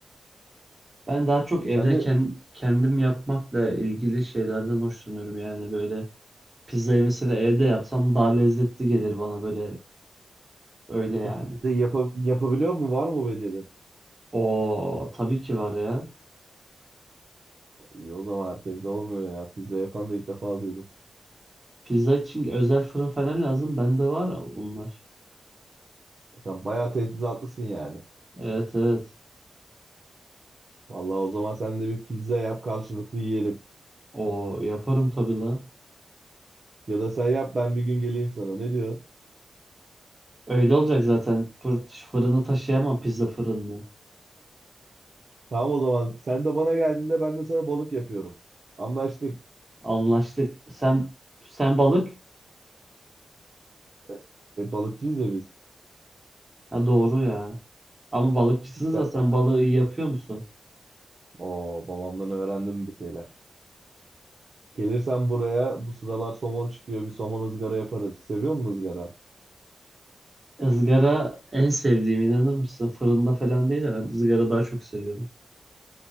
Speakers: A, on the right; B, on the right.
A: Ben daha çok evde
B: Sen de
A: ken- kendim yapmakla ilgili şeylerden hoşlanıyorum yani böyle pizzayı mesela evde yapsam daha lezzetli gelir bana böyle öyle
B: işte
A: yani.
B: pizza yapa- yapabiliyor mu? Var mı bu becerin?
A: O tabii ki var ya.
B: İyi o zaman herkes de olmuyor ya. Pizza yapan da ilk defa duydum.
A: Pizza için özel fırın falan lazım. Bende var onlar.
B: Sen bayağı teçhizatlısın yani.
A: Evet evet.
B: Vallahi o zaman sen de bir pizza yap karşılıklı yiyelim.
A: O yaparım tabii la.
B: Ya da sen yap ben bir gün geleyim sana. Ne diyorsun?
A: Öyle olacak zaten. Fır- Fırını taşıyamam pizza fırını.
B: Tamam o zaman. Sen de bana geldiğinde ben de sana balık yapıyorum. Anlaştık.
A: Anlaştık. Sen sen balık.
B: E, e, balıkçıyız ya biz.
A: Ha doğru ya. Ama balıkçısınız
B: İşte
A: da sen balığı iyi yapıyor musun?
B: o, babamdan öğrendim bir şeyler. Gelirsen buraya bu sıralar somon çıkıyor. Bir somon ızgara yaparız. Seviyor musun ızgara?
A: Izgara en sevdiğim inanır mısın? Fırında falan değil de ben ızgara daha çok seviyorum.